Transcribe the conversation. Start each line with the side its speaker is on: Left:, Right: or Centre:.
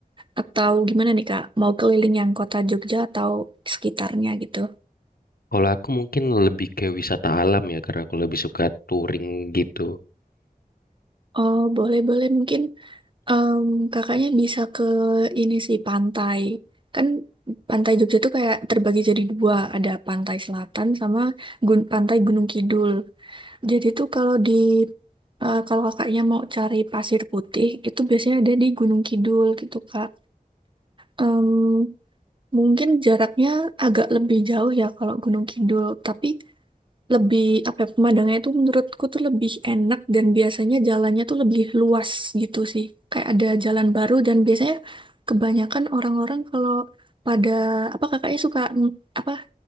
Right: atau gimana nih Kak? Mau keliling yang kota Jogja atau sekitarnya gitu?
Left: Kalau aku mungkin lebih ke wisata alam ya karena aku lebih suka touring gitu.
Right: Oh, boleh-boleh mungkin Em, kakaknya bisa ke ini sih pantai. Kan pantai Jogja tuh kayak terbagi jadi dua, ada pantai selatan sama gun- pantai Gunung Kidul. Jadi tuh kalau di eh, kalau kakaknya mau cari pasir putih itu biasanya ada di Gunung Kidul gitu Kak. Em, mungkin jaraknya agak lebih jauh ya kalau Gunung Kidul, tapi lebih apa ya, pemandangannya tuh menurutku tuh lebih enak dan biasanya jalannya tuh lebih luas gitu sih. Kayak ada jalan baru dan biasanya kebanyakan orang-orang kalau pada apa kakaknya suka mm, apa